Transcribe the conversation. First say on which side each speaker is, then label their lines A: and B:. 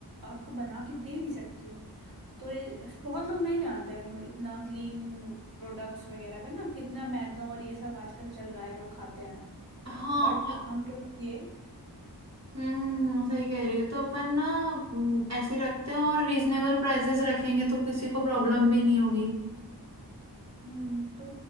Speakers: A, on the right; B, on the right.
A: आपको बना के दे भी सकती हूँ तो ये- बहुत लोग नहीं जानते हैं इतना क्लीन प्रोडक्ट्स वगैरह का ना कितना मैदा और ये सब आजकल चल रहा है लोग खाते हैं
B: हाँ
A: बट
B: और-
A: हम लोग ये
B: हम्म सही कह रही हो तो अपन ना हम्म, ऐसे ही रखते हैं और रीजनेबल प्राइसेस रखेंगे तो किसी को प्रॉब्लम भी नहीं होगी
A: हम्म तो